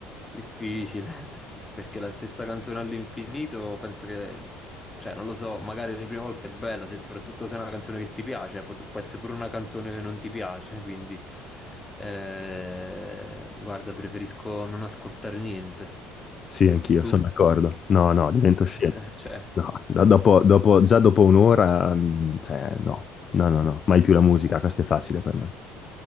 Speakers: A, on the left; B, on the left.
A: difficile, <laughs> perché la stessa canzone all'infinito, penso che, cioè, non lo so, magari le prime volte è bella, se- soprattutto se è una canzone che ti piace, può, può essere pure una canzone che non ti piace, <laughs> quindi, eh, guarda, preferisco non ascoltare niente.
B: Sì, anch'io,
A: Tu?
B: sono d'accordo. No, no, divento
A: <laughs>
B: scemo.
A: Eh, cioè...
B: No, da- dopo, dopo- già dopo un'ora, mm, cioè, no, no, no, no, mai più la musica, questo è facile per me.